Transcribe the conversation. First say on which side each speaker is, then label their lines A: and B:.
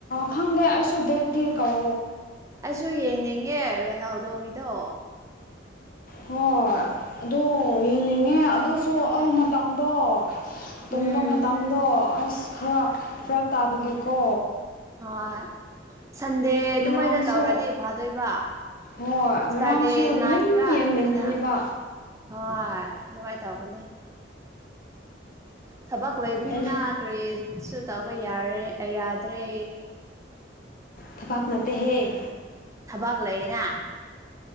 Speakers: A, on the left; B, on the right.
A: ꯈꯪꯗꯦ ꯑꯩꯁꯨ ꯗꯦꯠꯇꯤ ꯀꯧ
B: ꯑꯩꯁꯨ ꯌꯦꯡꯅꯤꯡꯉꯦ ꯔꯣꯅꯥꯜꯗꯣꯒꯤꯗꯣ
A: ꯍꯣꯏ ꯑꯗꯨ ꯌꯦꯡꯅꯤꯡꯉꯦ ꯑꯗꯨꯁꯨ ꯑ ꯃꯇꯝꯗꯣ ꯇꯣꯝꯕ
B: ꯎꯝ
A: ꯃꯇꯝꯗꯣ ꯑꯁ ꯈꯔ ꯐꯔꯥꯛ ꯇꯥꯕꯒꯤꯦꯀꯣ
B: ꯍꯣꯏ ꯁꯟꯗꯦ ꯑꯗꯨꯃꯥꯏꯅ
A: ꯉꯔꯥꯡꯁꯨ
B: ꯇꯧꯔꯥꯗꯤ ꯐꯥꯗꯣꯏꯕ
A: ꯍꯣꯏ
B: ꯁꯠꯇꯔꯗꯦ
A: ꯉꯔꯥꯡꯁꯨ
B: ꯅꯥꯏꯠꯔꯥ
A: ꯌꯥꯝ
B: ꯑꯗꯨꯃꯥꯏꯅ
A: ꯌꯦꯡꯅꯤꯡꯕꯅꯦꯕ
B: ꯍꯣꯏ ꯑꯗꯨꯃꯥꯏ ꯇꯧꯕꯥꯅꯦ ꯊꯕꯛ ꯂꯩꯕꯅꯤꯅ
A: ꯑꯩ
B: ꯀ꯭ꯔꯤꯁꯨ ꯇꯧꯕ ꯌꯥꯔꯦ ꯑ ꯌꯥꯗ꯭ꯔꯦ
A: ꯊꯕꯛ ꯅꯠꯇꯦꯍꯦ
B: ꯊꯕꯛ ꯂꯩꯌꯦꯅ